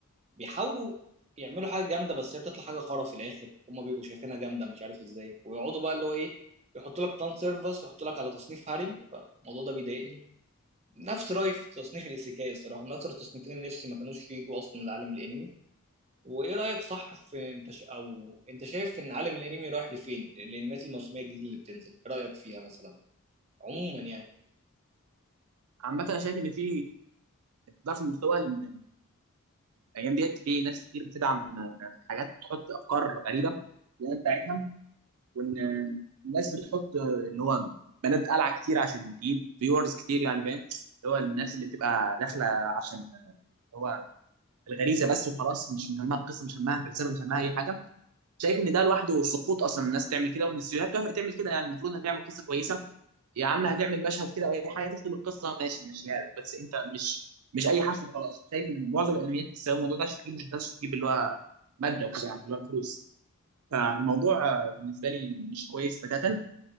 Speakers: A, on the right (about 30°); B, on the right (about 85°).
A: وبيحاولوا يعملوا حاجه جامده بس هي بتطلع حاجه خرا في الاخر هم بيبقوا شايفينها جامده مش عارف ازاي ويقعدوا بقى اللي هو ايه يحطوا لك فان سيرفس ويحطوا لك على تصنيف هارم فالموضوع ده بيضايقني نفس رأيي في تصنيف الإيسيكاي الصراحة من أكتر التصنيفين اللي نفسي ما كانوش يجوا أصلا لعالم الأنمي وإيه رأيك صح في أنت ش... أو أنت شايف إن عالم الأنمي رايح لفين الأنميات الموسمية الجديدة اللي بتنزل إيه رأيك فيها مثلا عموما يعني
B: عامة أنا شايف إن في ضعف في المستوى لأن الأيام ديت في ناس كتير بتدعم آه، حاجات تحط أفكار غريبة اللي بتاعتها وإن آه، الناس بتحط آه، اللي هو بنات قلعة كتير عشان تجيب فيورز كتير يعني فاهم اللي هو الناس اللي بتبقى داخلة عشان آه، اللي هو الغريزة بس وخلاص مش مهمها القصة مش مهمها الفلسفة مش مهمها أي حاجة شايف ان ده لوحده سقوط اصلا الناس تعمل كده وان السيناريوهات توافق تعمل كده يعني المفروض هتعمل قصه كويسه يا عم هتعمل مشهد كده او اي حاجه تختم القصه ماشي ماشي يعني بس انت مش مش اي حرف خلاص شايف ان معظم الانميات بتستخدم الموضوع ده عشان تجيب مش ده عشان تجيب اللي هو ماده وكده يعني اللي هو فلوس فالموضوع آه، بالنسبه لي مش كويس بتاتا